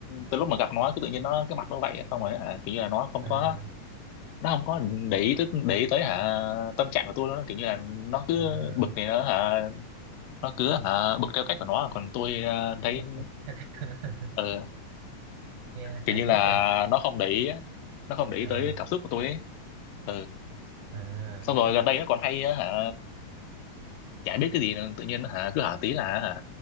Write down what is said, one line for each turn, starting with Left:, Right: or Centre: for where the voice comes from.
Left: từ lúc mà gặp nó cứ tự nhiên nó cái mặt nó vậy ấy. xong rồi hả kiểu như là nó không
Right: à,
Left: có nó không có để ý tới để ý tới hả tâm trạng của tôi nữa kiểu như là nó cứ
Right: à,
Left: bực thì nó hả nó cứ hả bực theo cách của nó còn tôi ờ, thấy
Right: bật bật theo cách của nó <laughs>
Left: ừ,
Right: nghe
Left: kiểu
Right: hài
Left: như là
Right: cốt kìa
Left: nó không để ý á. nó không để ý
Right: à,
Left: tới cảm xúc của tôi ấy ừ
Right: à,
Left: xong rồi gần đây nó còn hay á, hả chả biết cái gì nữa. tự nhiên hả cứ hả tí là hả